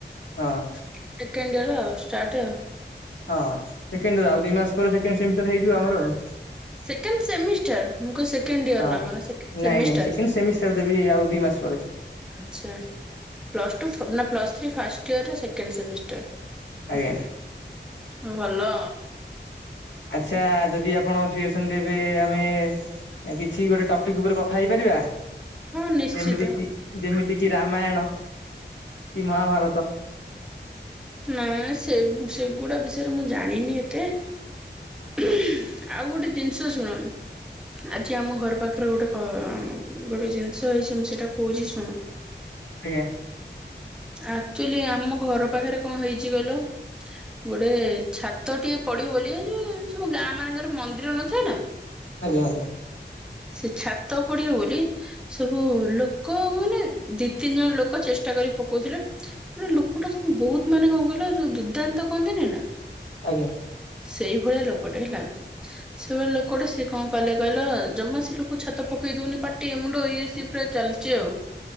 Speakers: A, on the left (about 85°); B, in the centre.
A: ହଁ
B: ସେକେଣ୍ଡ ୟର ଷ୍ଟାର୍ଟ୍।
A: ହଁ ସେକେଣ୍ଡ ୟୀର ଆଉ ଦି ମାସ ପରେ ସେକେଣ୍ଡ ସେମିଷ୍ଟର ହେଇଯିବ ଆମର ଆଉ।
B: ସେକେଣ୍ଡ ସେମିଷ୍ଟାର ମୁଁ କହିଲି ସେକେଣ୍ଡ ଇୟର
A: ହ
B: ନା କଣ ସେକେଣ୍ଡ ସେମିଷ୍ଟାର।
A: ନାଇଁ ନାଇଁ ସେକେଣ୍ଡ ସେମିଷ୍ଟାର ଦେବି ଆଉ ଦି ମାସ ପରେ
B: ଆଯା ପ୍ଲସ୍ ଟୁ ସଦଲା plus three first year second semester.
A: ଆଜ୍ଞା।
B: ହୁଁ ଆଉ ଭଲ।
A: ଆଚ୍ଛା ଯଦି ଆପଣ ଫ୍ରି ଅଛନ୍ତି ଏବେ ଆମେ ଆ କିଛି ଗୋଟେ ଟପିକ୍ ଉପରେ କଥା ହେଇପାରିବା?
B: ହଁ ନିଶ୍ଚିତ
A: ଯେମିତି କି ଯେମିତି କିି ରାମାୟଣ କି ମହାଭାରତ?
B: ନା ସେବୁ ସେଗୁଡା ବିଷୟରେ ମୁଁ ଜାଣିନି ଏତେ ଆଉ ଗୋଟେ ଜିନିଷ ଶୁଣ ଆଜି ଆମ ଘର ପାଖରେ ଗୋଟେ କ ଗୋଟେ ଜିନିଷ ହେଇଛି ମୁଁ ସେଟା କହୁଛି ଶୁଣ। <inaudible>
A: ଆଜ୍ଞା।
B: ଆକ୍ଚୁଲି ଆମ ଘର ପାଖରେ କଣ ହେଇଚି କହିଲ? ଗୋଟେ ଛାତ ଟିଏ ପଡିବ ବୋଲି ଏଯୋଉ ସବୁ ଗାଁ ମାନଙ୍କର ମନ୍ଦିର ନଥାଏ ନା? <inaudible>
A: ଆଜ୍ଞା ଆଜ୍ଞା।
B: ସେ ଛାତ ପଡ଼ିବ ବୋଲି ସବୁ ଲୋକ ମାନେ ଦି ତିନି ଜଣ ଲୋକ ଚେଷ୍ଟା କରି ପକଉଥିଲେ ଗୋଟେ ଲୋକଟା ବହୁତ ମାନେ କଣ କହିଲ ଯୋଉ ଦୁର୍ଦ୍ଦାନ୍ତ କହନ୍ତିନି ନା?
A: ଆଜ୍ଞା।
B: ସେଇ ଭଳିଆ ଲୋକଟେ ହେଲା। ସେଭଲି ଲୋକଟେ ସିଏ କଣ କଲେ କହିଲ ଜମା ସେ ଲୋକ ଛାତ ପକେଇ ଦଉନି ପାଟି ମୁଣ୍ଡ ୟେ ସିଏ ପୁରା- ଚାଲଚି ଆଉ